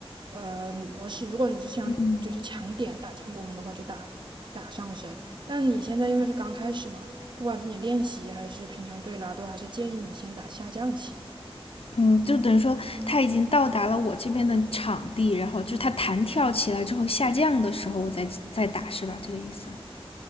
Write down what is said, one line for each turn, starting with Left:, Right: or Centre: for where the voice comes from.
Right: 呃模式。如果你是想就是强点打进攻的话，
Left: 嗯。嗯
Right: 就打打上升。但你现在因为是刚开始嘛，不管是你练习还是平常对拉，都还是建议你先打下降棋。
Left: 嗯，就等于说他已经到达了我这边的场地，然后就是它弹跳起来之后下降的时候，我再再打，是吧？这个意思。